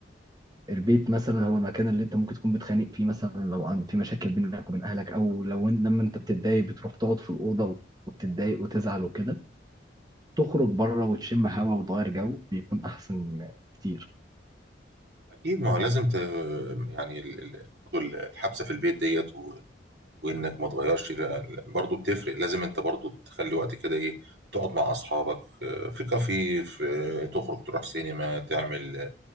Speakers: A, on the right; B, on the right.
A: البيت مثلا هو المكان اللي انت ممكن تكون بتخانق فيه مثلا لو عن في مشاكل بينك وبين اهلك او لو إن- لما انت بتتضايق بتروح تقعد في الاوضه وتتضايق وتزعل وكده تخرج بره وتشم هوا وتغير جو بيكون احسن كتير
B: أكيد ما هو لازم ت... يعني ال- ال- برضو الحبسة في البيت ديت وانك ما تغيرش برضه بتفرق لازم انت برضه تخلي وقت كده ايه تقعد مع اصحابك آه، في كافيه في آه، تخرج تروح سينما تعمل